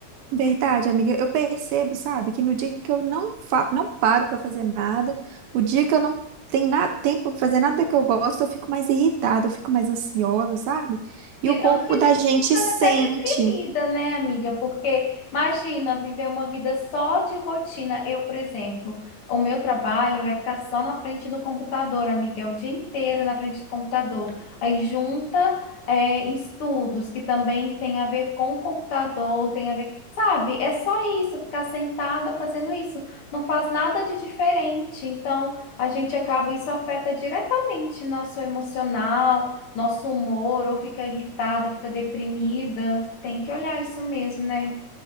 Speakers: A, on the right (about 75°); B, on the left (about 40°).
A: Verdade, amiga. Eu percebo, sabe, que no dia que eu não fa não paro pra fazer nada, o dia que eu não tenho nada tempo pra fazer nada que eu gosto, eu fico mais irritada, eu fico mais ansiosa, sabe?
B: Tirando
A: E o corpo
B: que a
A: da
B: gente
A: gente
B: fica
A: sente.
B: até deprimida, né, amiga? Porque imagina viver uma vida só de rotina. Eu, por exemplo, o meu trabalho é ficar só na frente do computador, amiga, é o dia inteiro na frente do computador. Aí junta, é, estudos que também tem a ver com o computador, tem a ver, sabe? É só isso, ficar sentada fazendo isso. Não faz nada de diferente. Então, a gente acaba, isso afeta diretamente nosso emocional nosso humor, ou fica irritada, ou fica deprimida. Tem que olhar isso mesmo, né?